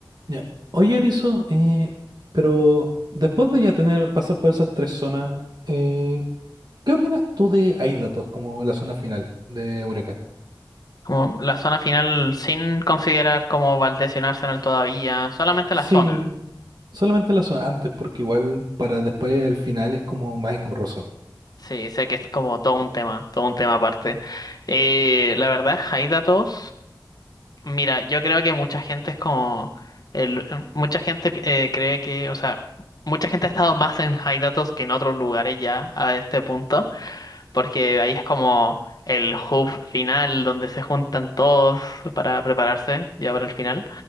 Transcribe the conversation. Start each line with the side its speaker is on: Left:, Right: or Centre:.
Right: Ya. Oye, Erizo, eh, pero después de ya tener, pasar por esas tres zonas, eh, ¿qué opinas tú de Hay datos como la zona final de Eureka?
Left: Como la zona final sin considerar como Valdés y un Arsenal todavía, solamente
Right: Sí,
Left: la zona.
Right: solamente la zona antes, porque igual para después al final es como más engorroso.
Left: Sí, sé que es como todo un tema, todo un tema aparte. Eh, la verdad, Haidatos, mira, yo creo que mucha gente es como, el- mucha gente eh, cree que, o sea, mucha gente ha estado más en Haidatos que en otros lugares ya a este punto, porque ahí es como el hub final donde se juntan todos para prepararse ya para el final.